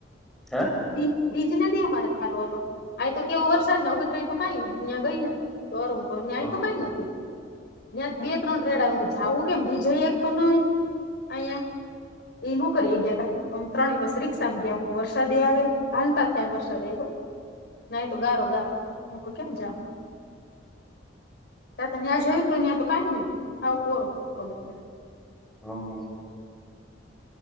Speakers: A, in the centre; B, on the left.
A: હે.
B: બીજ બીજ નથી અમારે સારું હતો આ તો કેવો વરસાદ નને અગતરાય તો કઈ અ્યાં ગઈ ને. કર હું ન્યાય
A: હમ
B: તો કઈ નથી. ત્યાં બે ત્રણ ર્રેડાું જાવું કેમ બીજય એક પણ નય. અં એ નોકરી એ ગયા તા આમ ત્રણ વસ રિક્ષા ગયા હુંક વર્ષ. વરસાદે આવે હાલતા થયા ને વરસાદ એવ્યો નાય તો ગારો ગારો હું તો કેમ જાઉં. ત્યાં તો ન્યા જોઈને તો ન્યા તો કઈ નહી આવું કોરું અગત.
A: હમ.